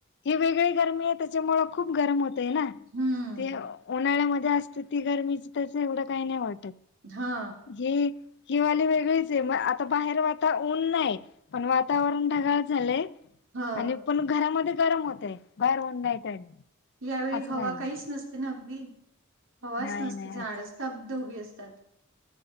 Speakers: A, on the left; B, on the right.
A: ह वेगळी गरमी आहे त्याच्यामुळें खूप गरम होते ना
B: हम्म
A: ते उन्हाळ्यामध्ये असते ती गरमीच त्याच एवढं काही नाही वाटत
B: हा
A: ही हीवाली वेगळीच आहे मग आता बाहेर आता ऊन नाही पण वातावरण ढगाळ झालंय
B: हा
A: आणि पण घरामध्ये गरम होतय बाहेर होऊन नाहीत आणि
B: यावेळी
A: असं
B: हवा
A: झालंय
B: काहीच नसते नगदी हवाच
A: नाही
B: नसते
A: नाही
B: झाडच तब्ध उभी असतात